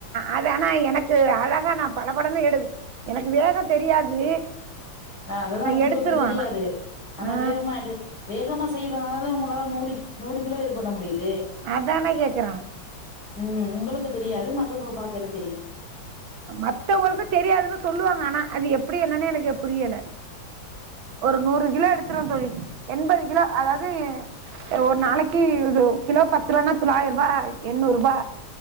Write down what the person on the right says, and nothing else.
அது ஆனா எனக்கு அழகா நா பட படனு எடுக் எனக்கு வேகோ தெரியாது
எடுத்துருவே
ஆனா
ஆ
அதான கேக்குறா
மத்தவங்களுக்கு தெரியாதுன்னு சொல்லுவாங்க ஆனா அது எப் எப்டி என்னன்னே எனக்கு புரியல ஒரு நூறு கிலோ எடுத்துருவந் தோழி எண்பது கிலோ அதாவது ஒரு நாளைக்கு இது கிலோ பத்து ரூவானா தொள்ளாயிரூபா எண்ணூரூபா